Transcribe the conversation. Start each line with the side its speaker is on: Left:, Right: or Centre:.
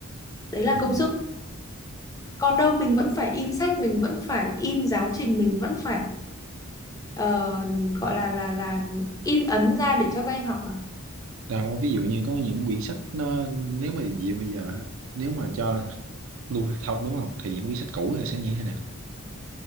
Left: đấy là
Right: ừ
Left: công sức còn đâu mình vẫn phải in sách mình vẫn phải in giáo trình mình vẫn phải ờ, gọi là là là in ấn ra để cho các em học mà
Right: đâu ví dụ như có những quyển sách nó nếu mà vậy bây giờ á, nếu mà cho lưu thông đúng không thì những quyển sách cũ này sẽ như thế nè